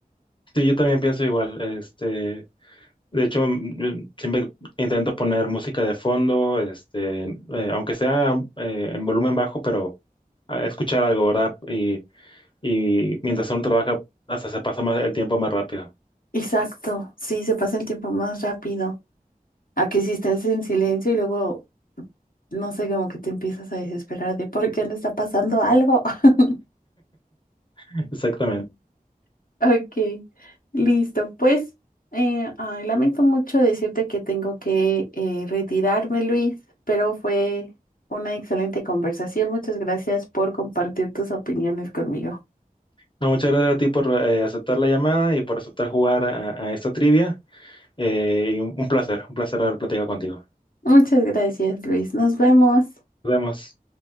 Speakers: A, on the left; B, on the left.
A: sí, yo también pienso igual. Este, de hecho, mm, yo siempre intento poner música de fondo, este, eh, aunque sea eh, en volumen bajo, pero a escuchar algo, ¿verdad? Y, y mientras uno trabaja, hasta se pasa más el tiempo más rápido.
B: Exacto, sí, se pasa el tiempo más rápido a que si estás en silencio y luego No sé, como que te empiezas a desesperar de por qué no está pasando algo. <laughs>
A: <laughs> Exactamente.
B: Ok, listo. Pues, eh, ay, lamento mucho decirte que tengo que eh, retirarme, Luis, pero fue una excelente conversación. Muchas gracias por compartir tus opiniones conmigo.
A: No, muchas gracias a ti por eh, aceptar la llamada y por aceptar jugar a, a esta trivia. Eh, y un un placer, un placer haber platicado contigo.
B: Muchas gracias, Luis. Nos vemos.
A: Nos vemos.